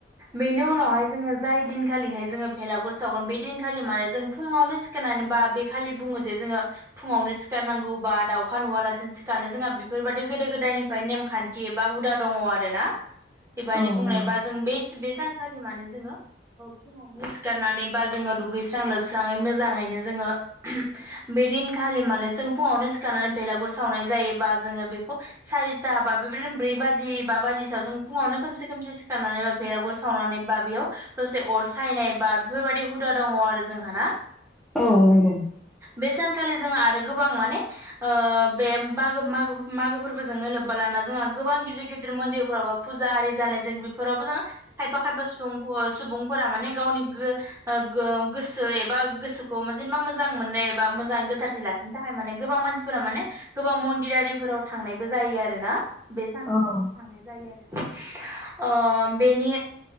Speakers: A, on the right (about 15°); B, in the centre.
A: बेनि उनावहाय जोङो जाय दिन खालिहाय जोङो भेलागुर सावगोन बे दिनखालि माने जों फुङावनो सिखायनानै बा बे खालि बुङो जे जोङो फुङावनो सिखारनांगौ बा दाउखा नुवालासिनो सिखारनो जोंहा बेफोरबायदि गोदो गोदायनिफ्राय नेमखान्थि थि बा हुदा दङ आरो ना
B: <inaudible>
A: बेबायाददि बुंनाय
B: नंगौ
A: बा जों बे बे सानखालि मानो जोङो। फुङावनो सिखारनानै बा जोङो दुगैस्रां लोबस्राङै मोजाङैनो जोङो। बे दिनखालि माने जोङो फुङावनो सिखारनानै बेलागुर सावनाय जायोबा जोङो बेखौ बा सारिथा बा बेबायदिनो ब्रै बाजि बा बाजिसोआव जों फुङावनो खमसे खोमसे सिखारनानै बेलागुर सावनानै बा बेयाव ससे अर सायनाय बा बेफोर बायदि हुदा दङ आरो जोंहा ना?
B: औ नंगौ।
A: बे सानखालि जोंहा आरो गोबां माने। ओ बे मागो मागो मागो फोरबोजोंनो लोब्बा लाना जोंहा गोबां गिदिर गिदिर मन्दिरफोरावबो। फुजा आरि जानाय जों बेफोरावबो जों खायफा खायफा सुबुं सुबुंफोरा माने गावनि ओ गो-गोसो एबा गोसोखौ जेनेबा मोजां मोननो एबा मोजां गोथारसि लाखि बिनि थाखाय माने गोबां मानसिफोरा माने गोबां मन्दिरफोराव थांनायबो जायो आरो ना। ओ बे सानखालिनो
B: ओं
A: थांनाय जायो आरो बेनि